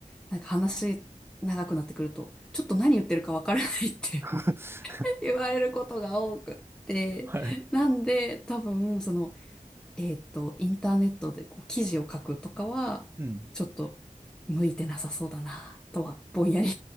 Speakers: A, in the centre; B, on the right (about 15°).
A: なんか話長くなってくると、ちょっと何言ってるかわからないって
B: <laughs>
A: <laughs> 言われることが多くって、
B: はい。
A: なんで多分その、えっと、インターネットでこう記事を書くとかは、
B: うん。
A: ちょっと向いてなさそうだな、とはぼんやり